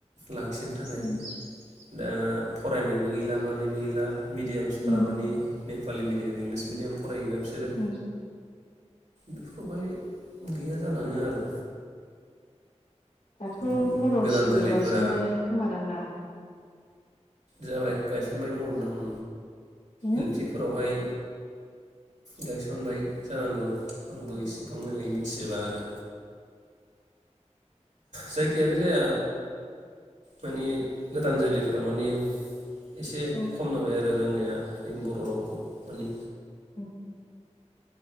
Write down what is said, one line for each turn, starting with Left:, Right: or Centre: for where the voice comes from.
Right: लाखिनो थाखाय
Left: उम
Right: दा फरायनायबो गैला मानैबो गैला मिडियामसफोरा
Left: उम
Right: मानानि नेपालि मिडियाम इंलिस फरायोदां सोरो
Left: उम
Right: बेफोरावहाय गैया जालाङो आरो
Left: दाथ'
Right: मानि
Left: बर'
Right: गोदान
Left: स्कुल
Right: जोलैफोरा
Left: गायसनबाय खोमादांना
Right: जाबाय गायसनबाय दङदां
Left: औ
Right: एल पि फोरावहाय गायसनबाय जानांगौ। आंबो
Left: उम
Right: एसेबां मोजाङै मि थिबाङा आरो। जायखियानो जाया माने गोदान जोलैफोरा माने एसे
Left: औ
Right: खम जाबाय आरो। आरो रोंनाया बर' रावखौ माने
Left: <unintelligible>